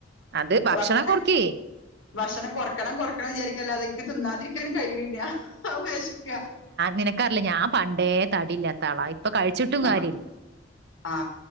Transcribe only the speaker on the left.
ഭക്ഷണം
ഭക്ഷണം കൊറക്കണം കൊറക്കണം വിചാരിക്കല്ലതെ തിന്നാതിരിക്കാൻ കഴിയണില്ല വശിക്ക
ആ
ആ